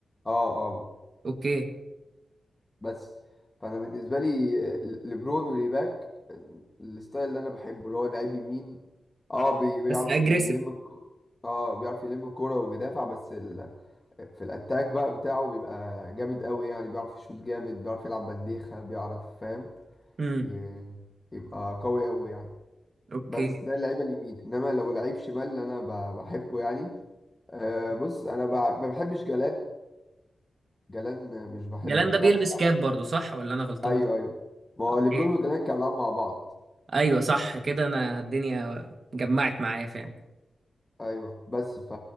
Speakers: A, on the left; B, on the right.
A: اه اه
B: اوكي
A: بس فانا بالنسبه لي ل- لبرون وليباك الستايل اللي انا بحبه اللي هو لعيب يمين اه بي- بيعرف
B: بس اجريسيف
A: يلم الكورة اه بيعرف يلم الكورة وبيدافع بس في الاتاك بقى بتاعه بيبقى جامد قوي يعني بيعرف يشوط جامد بيعرف يلعب بنديخة بيعرف فاهم
B: امم
A: ي- يبقى قوي قوي يعني
B: اوكي
A: بس ده اللعيبة اليمين انما لو لعيب شمال اللي انا ب- بحبه يعني أه بص انا ب- ما بحبش جلان جلان آه، مش بحبه
B: جلان ده
A: مش
B: بيلبس
A: عارف انت عارف.
B: كاب برضو صح ولا انا غلطان
A: ايوه ايوه ما هو
B: اوكي
A: ليبرون وجلان كانوا بيلعبوا مع بعض
B: ايوه صح كده انا الدنيا جمعت معايا فعلا
A: ايوه بس ف